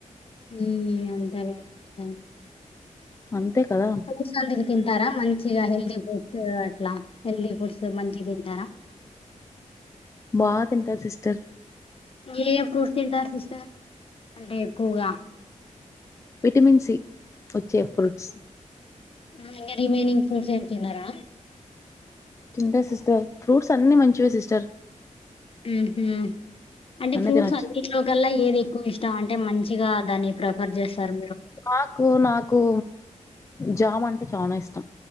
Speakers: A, on the left (about 45°); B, on the left (about 25°).
A: ఉమ్ అంతేలే సిస్టర్
B: అంతే కదా
A: ఫ్రూట్స్ అనేవి తింటారా మంచిగా హెల్దీ ఫుట్స్ అట్లా హెల్దీ ఫుట్స్ మంచి తింటారా
B: బా తింటా సిస్టర్
A: ఏ ఏ ఫ్రూట్స్ తింటారు సిస్టర్ అంటే ఎక్వగా
B: విటమిన్ సి ఒచ్చే ఫ్రూట్స్
A: ఆ ఇంగా రిమైనింగ్ ఫ్రూట్స్ ఏం తినారా
B: తింటా సిస్టర్ ఫ్రూట్స్ అన్ని మంచివే సిస్టర్
A: ఉహు అంటే
B: అన్ని
A: ఫ్రూట్స్
B: తినొచ్చు
A: అన్నింట్లోకల్లా ఏది ఎక్కువ ఇష్టం అంటే మంచిగా దాని ఫ్రెఫర్ జెసారు మీరు
B: ఆకు నాకూ జామ్ అంటే చానా ఇష్టం